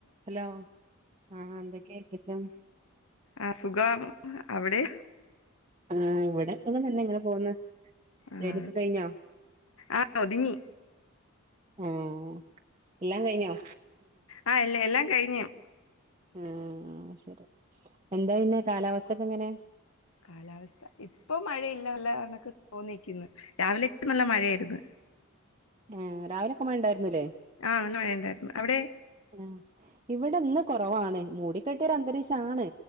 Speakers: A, on the right; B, on the left.
A: Hello ആഹ് എന്തൊക്കെയാ വിശേഷം?
B: ആഹ് സുഖാണ്. അവിടെ?
A: ആഹ് ഇവിടെ സുഖം തന്നെ ഇങ്ങനെ പോവുന്ന്.
B: ആഹ്
A: ജോലിയൊക്കെ കഴിഞ്ഞോ?
B: ആഹ് ഒതുങ്ങി
A: ആഹ് എല്ലാം കഴിഞ്ഞോ?
B: ആ എല്ല എല്ലാം കഴിഞ്ഞു.
A: ഉം ആ ശരി. എന്താ പിന്നെ കാലാവസ്ഥക്കെ എങ്ങനെ.
B: കാലാവസ്ഥ ഇപ്പൊ മഴയില്ല നല്ല കണക്ക് തോന്നിക്കുന്നു രാവിലക്ക നല്ല മഴ ആയിരുന്നു.
A: ഏഹ് രാവിലെക്കെ മഴ ഇണ്ടായിരുന്നു ല്ലേ?
B: ആഹ് നല്ല മഴയുണ്ടായിരുന്നു അവിടെ
A: ആഹ് ഇവിടെ ഇന്ന് കൊറവാണ് മൂടിക്കെട്ടിയ ഒരു അരന്തരീക്ഷാണ്.